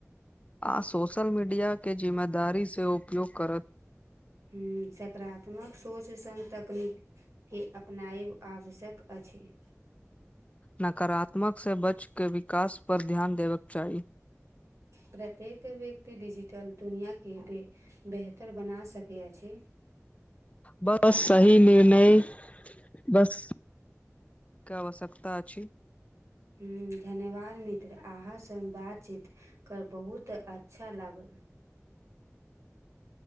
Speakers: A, on the left (about 25°); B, on the right (about 65°).
A: आ सोशल मीडियाकेँ जिम्मेदारी से उपयोग करत
B: ह सकारात्मक सोच संघ तकनीक के अपनायब आवश्यक अछि।
A: नकारात्मकसँ बच के विकास पर ध्यान देबेके चाही
B: प्रत्येक व्यक्ति डिजिटल दुनिया के भ बेहतर बना सकै अछि।
A: बस, सही निर्णय बस। के आवश्यकतऽ अछि
B: हू, धन्यवाद मित्र अहाँसँ बातचीत कर बहुत अच्छा लागल